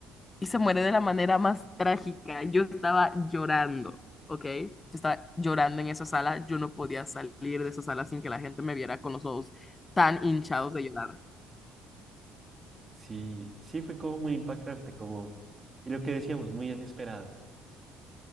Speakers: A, on the left (about 20°); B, on the right (about 25°).
A: y se muere de la manera más trágica. Yo estaba llorando, ¿ok? Yo estaba llorando en esa sala. Yo no podía salir de esa sala sin que la gente me viera con los ojos tan hinchados de llorar.
B: Sí, sí fue como muy impactante, como, y lo que decíamos, muy inesperado.